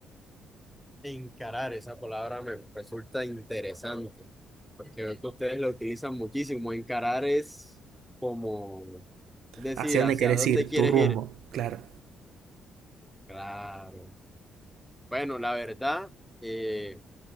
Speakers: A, in the centre; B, on the right.
A: Encarar, esa palabra me resulta interesante, porque veo que ustedes lo utilizan muchísimo. Encarar es como decir
B: ¿Hacia dónde
A: hacia
B: querés
A: dónde
B: ir?
A: quieres
B: Tu rumbo,
A: ir.
B: claro.
A: Claro. Bueno, la verdad, eh,